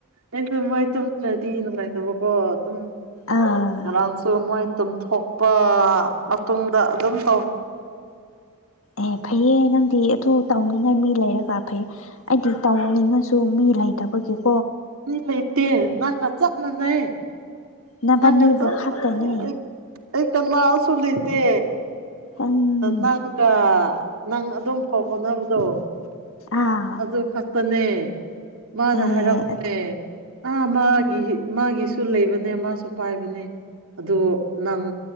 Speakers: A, on the right (about 70°); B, on the left (about 65°).
A: ꯑꯩꯁꯨ ꯃꯥꯏ ꯇꯨꯝꯗ꯭ꯔꯗꯤ ꯅꯨꯡꯉꯥꯏꯇꯕꯀꯣ ꯑꯗꯨꯝ ꯒꯤ
B: ꯑꯥ
A: ꯉꯔꯥꯡꯁꯨ ꯃꯣꯏ ꯇꯨꯝꯊꯣꯛꯄ ꯃꯇꯨꯡꯗ ꯑꯗꯨꯝ ꯇꯧꯏ
B: ꯑꯦ ꯐꯩꯌꯦ ꯅꯪꯗꯤ ꯌꯥꯝ ꯑꯗꯨ ꯇꯧꯅꯤꯡꯉꯥꯏ ꯃꯤ ꯂꯩꯔꯒꯥ ꯐꯩ ꯑꯩꯗꯤ ꯇꯧꯅꯤꯡꯉꯁꯨ ꯃꯤ ꯂꯩꯇꯕꯒꯤꯅꯤ
A: ꯃꯤ ꯂꯩꯇꯦ ꯅꯪꯒ ꯆꯞ ꯃꯥꯟꯅꯩ ꯑꯩꯁꯨ
B: ꯅꯕꯅꯤꯕꯨ
A: ꯅꯪꯒ ꯆꯞ
B: ꯈꯛꯇꯅꯦ
A: ꯃꯥꯟꯅꯩ ꯑꯁꯨ ꯑꯩ ꯀꯥꯅꯁꯨ ꯂꯩꯇꯦ
B: ꯎꯝ
A: ꯅꯪꯒꯥ ꯅꯪ ꯑꯗꯨꯝ ꯐꯥꯎ ꯍꯣꯅꯕꯗꯣ
B: ꯑꯥ
A: ꯑꯗꯨꯗ ꯈꯛꯅꯤ ꯅꯦ ꯃꯥꯅ
B: ꯑꯦ
A: ꯍꯥꯏꯔꯛꯄꯦ ꯑ ꯃꯥꯒꯤ ꯃꯥꯒꯤꯁꯨ ꯁꯨ ꯂꯩꯕꯅꯦ ꯃꯥꯁꯨ ꯄꯥꯏꯕꯅꯦ ꯍꯥꯏꯅ ꯑꯗꯨ ꯅꯪ